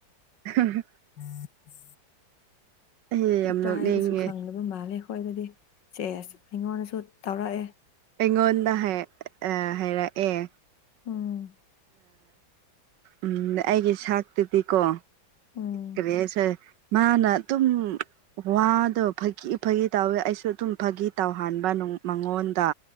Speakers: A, on the right; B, on the left.
A: <unintelligible>
B: ꯎ <inaudible>
A: ꯑꯩ ꯌꯥꯝ
B: ꯏꯒꯥꯢꯕꯁꯨ
A: ꯅꯣꯛꯅꯤꯡꯉꯦ
B: ꯈꯪꯗꯕ ꯃꯥꯜꯂꯦ ꯑꯩꯈꯣꯏꯗꯗꯤ ꯁꯦꯁ ꯑꯩꯉꯣꯟꯗꯁꯨ ꯇꯧꯔꯛꯑꯦ
A: ꯑꯩꯉꯣꯟꯗ ꯍꯥꯏ ꯍꯥꯏꯔꯛꯑꯦ
B: ꯎꯝ
A: ꯎ ꯑꯩꯒꯤ ꯁꯥꯛꯇꯨꯗꯤꯀꯣ
B: ꯎꯝ
A: ꯀꯔꯤ ꯍꯥꯢꯁꯤ ꯃꯥꯅ ꯑꯗꯨꯨꯝ ꯋꯥꯗꯣ ꯐꯥꯒꯤ ꯐꯥꯒꯤ ꯇꯧꯋꯤ ꯑꯩꯁꯨ ꯑꯗꯨꯝ ꯐꯥꯒꯤ ꯇꯧꯍꯟꯕ ꯃꯉꯣꯟꯗ